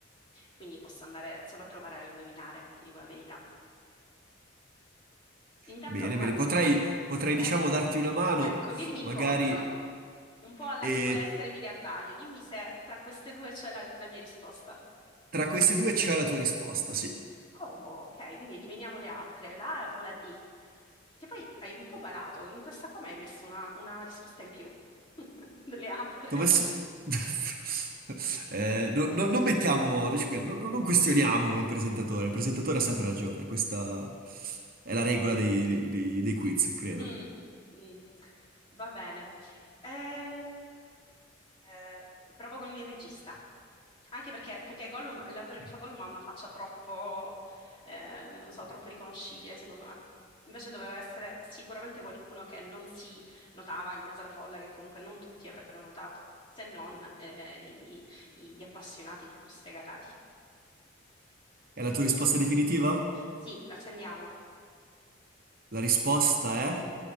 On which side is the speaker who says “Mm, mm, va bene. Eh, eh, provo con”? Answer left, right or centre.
Left